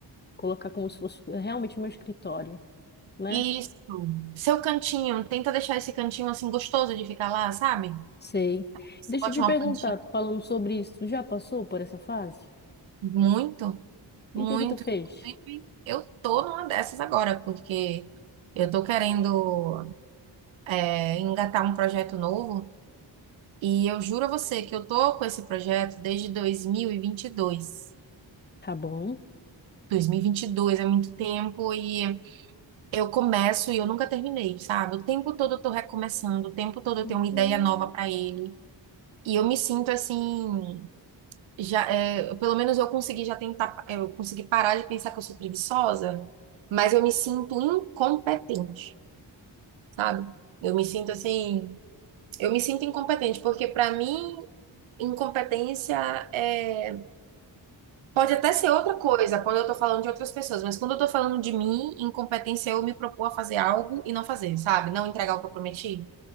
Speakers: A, on the left; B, on the right.
A: colocar como se fosse realmente meu escritório, né?
B: isso. Seu cantinho, tenta deixar esse cantinho assim gostoso de ficar lá, sabe?
A: Sei.
B: Você
A: Deixa
B: bote
A: eu te
B: uma
A: perguntar,
B: plantinha.
A: tu falando sobre isso, tu já passou por essa fase?
B: Muito, muito.
A: E o que que tu
B: Inclusive,
A: fez?
B: eu tô numa dessas agora, porque eu tô querendo é, engatar um projeto novo. E eu juro a você que eu tô com esse projeto desde dois dois dois mil mil e vinte e dois.
A: Tá bom.
B: dois mil e vinte vinte e dois é muito tempo e eu começo e eu nunca terminei, sabe? O tempo todo eu tô recomeçando, o tempo todo eu
A: Uhum.
B: tenho uma ideia nova pra ele. E eu me sinto assim, já, é, pelo menos eu consegui já tentar, é, eu consegui parar de pensar que eu sou preguiçosa, mas eu me sinto incompetente, sabe? Eu me sinto assim, eu me sinto incompetente, porque pra mim incompetência é Pode até ser outra coisa quando eu tô falando de outras pessoas, mas quando eu tô falando de mim, incompetência é eu me propor a fazer algo e não fazer, sabe? Não entregar o que eu prometi.